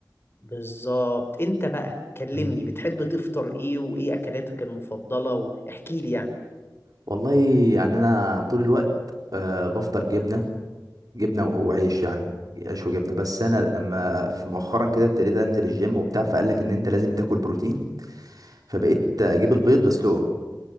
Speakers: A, on the left (about 35°); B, on the right (about 55°).
A: بالظبط انت بقى كلمني
B: مم.
A: بتحب تفطر ايه وايه اكلاتك المفضلة واحكي لي يعني
B: والله يعني انا طول الوقت آه، بفطر جبنة جبنه و- وعيش يعني عيش وجبنه بس انا لما في مؤخرا كده ابتديت انزل الجيم وبتاع فقال لك ان انت لازم تاكل بروتين فبقيت اجيب البيض بسلقه